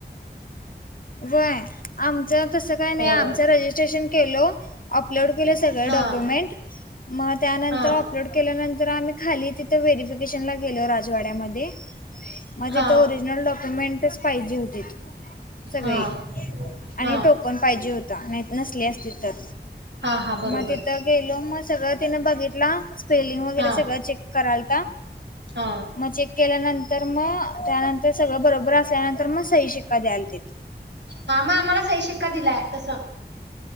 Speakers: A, on the left (about 50°); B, on the right (about 85°).
A: वय आमच त काही नाही
B: होय
A: आमच रजिस्ट्रेशन केलो अपलोड केले सगळे
B: हा
A: डॉक्युमेंट मग त्यानंतर
B: हा
A: अपलोड केल्यानंतर आम्ही खाली तिथ व्हेरफिकेशनला गेलो राजवाड्यामध्ये मग
B: हा
A: तिथं ओरिजनल डॉक्युमेंटच पाहिजे होती सगळे
B: हा
A: आणि
B: हा
A: टोकण पाहिजे होता नसली असते तर
B: हा हा बरोबर
A: मग तिथं गेलो मग सगळं तिनं बघितला स्पेलिंग वगैरे
B: हा
A: सगळं चेक कराल
B: हा
A: मग चेक केल्यानंतर मग त्यानंतर सगळं बरोबर असल्यानंतर मग सई शिक्का द्याला ते
B: हा मग आम्हाला सही शिक्का दिलाय तस